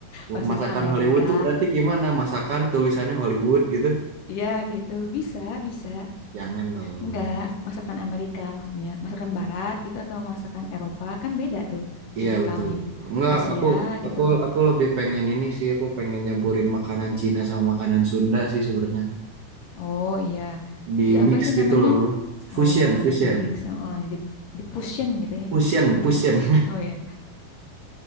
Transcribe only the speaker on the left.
maksudnya
Amerika.
Iya, gitu. Bisa, bisa.
Enggak, masakan Amerika maksudnya. Masakan Barat gitu atau masakan Eropa kan beda tuh
tipikalnya.
Asia
gitu.
Oh iya,
di apa
sih
namanya?
Oh iya,
di mix, oh, di, di pushin gitu ya.
Heeh.
Oh iya,